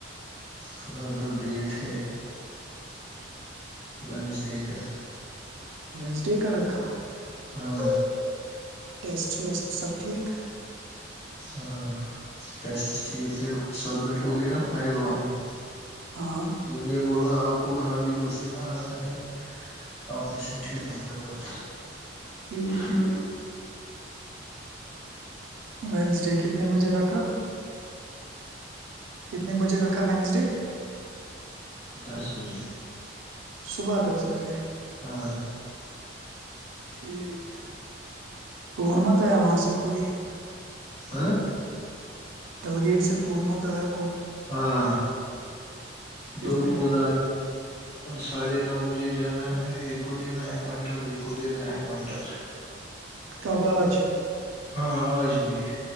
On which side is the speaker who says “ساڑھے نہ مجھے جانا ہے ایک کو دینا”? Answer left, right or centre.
Left